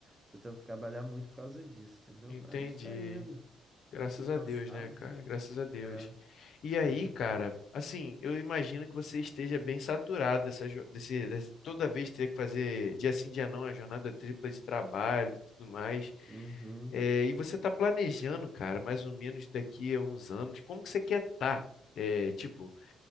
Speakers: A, on the right; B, on the left.
A: Tô tentando trabalhar muito por causa disso, entendeu?
B: Entendi.
A: Mas tá indo.
B: Graças
A: Fiquei cansado.
B: a Deus, né, cara? Graças a Deus.
A: É,
B: E aí,
A: é.
B: cara, assim, eu imagino que você esteja bem saturado dessa, jo- desse, desse- toda vez ter que fazer dia sim, dia não, a jornada tripla de trabalho e tudo mais.
A: Uhum.
B: É, e você está planejando, cara, mais ou menos daqui a uns anos, como que você quer estar? É, tipo,